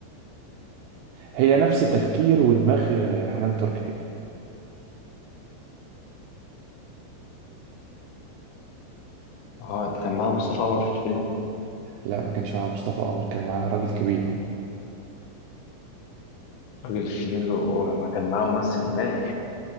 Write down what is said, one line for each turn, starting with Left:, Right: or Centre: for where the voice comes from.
Right: هي نفس تفكير ودماغ آه، حنان تركي كده.
Left: اه كان معاها مصطفى عمر في الفيلم
Right: لا ما كانش معاها مصطفى قمر كان معاها راجل كبير
Left: الراجل الكبير وما كان معاه ممثل مات